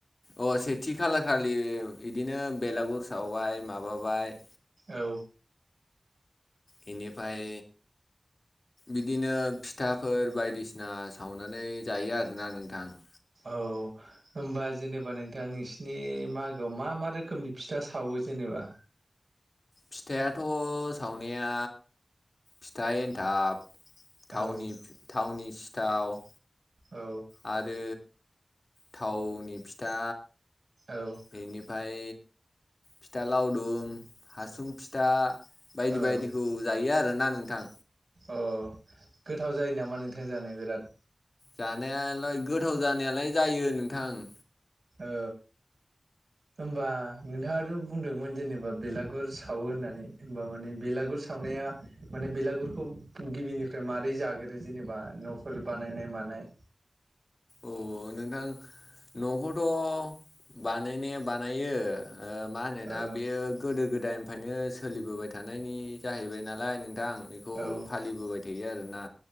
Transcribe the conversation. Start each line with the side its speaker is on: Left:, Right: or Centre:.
Left: अ सेथि खालखालि बिदिनो बेलागुर सावबाय माबाबाय।
Right: औ।
Left: बेनिफ्राय। बिदिनो फिथाफोर बायदिसिना सावनानै जायो आरोना नोंथां।
Right: औ होमबा जेनेबा नोंथां नोंसिनि मागोआव मा मा रोखोमनि फिथा सावो। जेनेबा।
Left: फिथायाथ' सावनाया फिथाइ एन्थाब। थावनि
Right: औ
Left: - थावनि सिथाव।
Right: औ
Left: आरो थावनि फिथा
Right: औ
Left: बेनिफ्राय। फिथा लावदुम, हासुं फिथा। बायदि
Right: औ
Left: बायदिखौ जायो आरोना नोंथां।
Right: अ गोथाव जायो नामा नोंथां जानो बिराद।
Left: जानायालाय गोथाव जानायालाय जायो नोंथां।
Right: ओ। होमबा नोंथाङाथ' बुंदोंमोन जेनेबा बेलागुर सावो होननानै होमबा माने बेलागुर। गुर सावनाया माने बेलागुरखौ गिबिनिफ्राय माबारै जागोरो जेनेबा न'फोर बानायनाय मानाय
Left: औ नोंथां न'खौथ' बानायनाया बानायो मा होनोना
Right: ओ
Left: बेयो गोदो- गोदायनिफ्रायनो सोलिबोबाय थानायनि जाहैबाय नालाय नोंथां बेखौ
Right: औ
Left: फालिबोबाय थायो आरोना